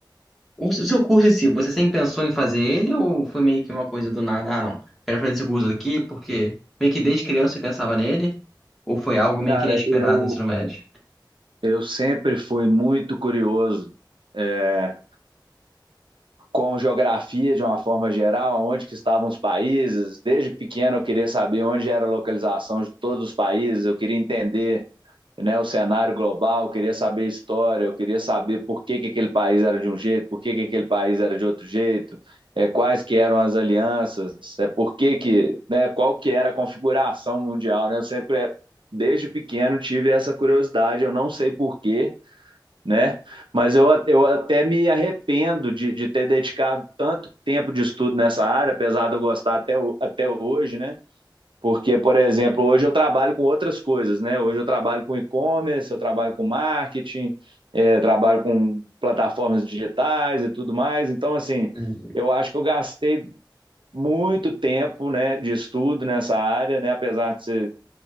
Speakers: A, in the centre; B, on the right.
A: O seu curso em si, você sempre pensou em fazer ele ou foi meio que uma coisa do nada? Ah, não, quero fazer esse curso aqui porque meio que desde criança você pensava nele ou foi algo meio
B: Cara,
A: que inesperado
B: eu
A: no ensino médio?
B: Eu sempre fui muito curioso é, com geografia de uma forma geral, onde que estavam os países. Desde pequeno eu queria saber onde era a localização de todos os países, eu queria entender né, o cenário global, eu queria saber a história, eu queria saber por que, que aquele país era de um jeito, por que, que aquele país era de outro jeito, é, quais que eram as alianças, é, por que que, né, qual que era a configuração mundial. Né? Eu sempre, desde pequeno, tive essa curiosidade, eu não sei por quê, né? Mas eu, eu até me arrependo de, de ter dedicado tanto tempo de estudo nessa área, apesar de eu gostar até, até hoje, né? Porque, por exemplo, hoje eu trabalho com outras coisas, né? Hoje eu trabalho com e-commerce, eu trabalho com marketing, eh, trabalho com plataformas digitais e tudo mais. Então, assim,
A: Entendi.
B: eu acho que eu gastei muito tempo, né, de estudo nessa área, né? Apesar de ser,